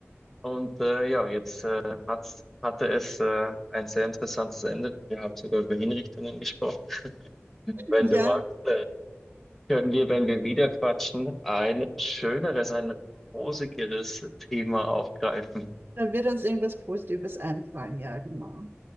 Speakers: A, in the centre; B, on the right.
A: und äh, ja, jetzt äh, hat's, hatte es äh, ein sehr interessantes Ende. Wir haben sogar über Hinrichtungen gesprochen. Wenn
B: Ja,
A: du magst, äh, können wir, wenn wir wieder quatschen, ein schöneres, ein rosigeres Thema aufgreifen.
B: da wird uns irgendwas Positives einfallen, ja, genau.